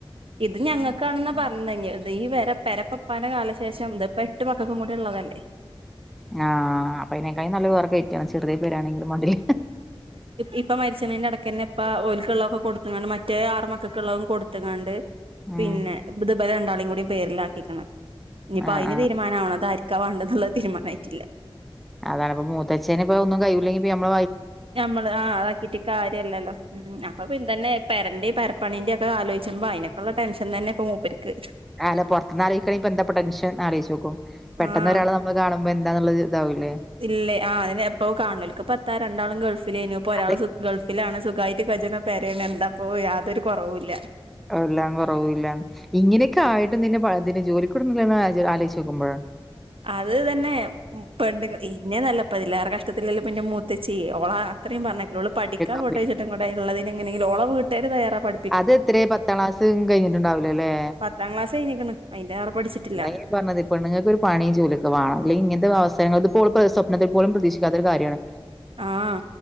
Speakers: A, on the right (about 70°); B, in the centre.
A: ഇത് ഞങ്ങൾക്കാണെന്നാ പറഞ്ഞ ക ഇത് ഈ വ പരപ്പാന്റെ കാലശേഷം ഇത് ഇപ്പം എട്ട് പക്കും കൂടി ഉള്ളതല്ലേ <inaudible>
B: ആഹ് അപ്പ അതിനെക്കാ നല്ല പേർക്ക കയറ്റണം ചെറിയ പേരാണെങ്കിലും മണ്ടില്
A: ഇപ്പൊ മരിച്ചണിന്റെ ഇടക്ക തന്നെ ഇപ്പ ഓലക്കുള്ളള്ളൊക്കെ കൊടുത്തണ്ട് മറ്റേ ആറ മക്കൾക്കള്ളവും കൊടുത്തണ്ട്.
B: ഉം
A: പിന്നെ ഇതിപ്പം രണ്ടാളിയും കൂട പേരില ആക്കിക്കാണ്‌ ഇനിപ്പ
B: ആഹ്
A: അതിന്
B: ആഹ്
A: തീരുമാനമാവ അത ആരിക്കാ വേണ്ടെന്നുള്ള തീരുമാനമായിട്ടില്ല.
B: അതാണ് അപ്പ മൂത്തച്ഛന് ഇപ്പ ഒന്നും കയില്ലെങ്കി നമ്മ
A: നമ്മള് ആതാക്കിട്ട് കാര്യമല്ലല്ലോ ഉം അപ്പൊ പിന്നതന്നെ പരണ്ട പണീൻറെ ഒക്കെ ആലോചുമ്പോൾതിനക്കുള്ള ൻഷൻ തന്നെപ്പോൾ മൂപ്പരിക്ക്.
B: അല്ല പുറത്തനിന്ന് അറിയിക്കണെ എന്ത ടെൻഷൻന്ന് അറിയിച്ച നോക്കും പെട്ടന്ന
A: ആഹ്
B: ഒരാൾ കാണുമ്പോ എന്താന്നുള്ളത് ഇതാവൂല്ലേ.
A: ഇല്ലേ ആ അെ എപ്പ കാണലക്ക് ഇ പത്താ രണ്ടാളും ഗൾഫ് പ്പിലന ഇപ്പോ ഒരാളു
B: അത്
A: ഗൾഫിലാണ് സുഖായിട്ട് കജന പരാണ് എന്താപ്പോ യാതൊരു കുറവല്ല.
B: എല്ലാം കുറവൂല്ല ഇങ്ങനെയൊക്കെ ആയിട്ടും നിന്നെ ജോലിക്ക് വിടുന്നല്ലൊന്ന് ആലോചിച്ച് നോക്കുമ്പോഴാണ്
A: അത് തന്നെ പെണ്ണുങ്ങൾ എന്നെ നല്ല ഇതിലേറെ കഷ്ടത്തില്ലാം പിന്നെ അത്തച്ചി ഓള അത്രയും പറഞ്ഞള് പഠിക്കാ
B: ആഹ്
A: പോട്ടേ ചുട്ടും കൂടെ ഉള്ളതിനെ <unintelligible> വീട്ടേര് തയാറാ പഠ
B: അത് എത്ര പത്താം ക്ലാസ് കഴിഞ്ഞിട്ടുണ്ടാവലല്ലേ
A: പത്താം ക്ലാസ് കഴിഞ്ഞിക്ക്ണ് അതിന്റെറെ പഠിച്ചിട്ടില്ല
B: ഞാൻ പറഞ്ഞത് ഇപ്പൊ പെണ്ണുങ്ങൾക്ക് ഒരു പണിയും ജോലി ഒക്കെ വേണം അല്ലെങ്കിൽ ഇങ്ങനത്തെ അവസരങ്ങ ഇപ്പോൾ സ്വപ്നത്തിൽ പോലും പ്രതീക്ഷിക്കാത്ത ഒരു കാര്യമാണ്
A: ആഹ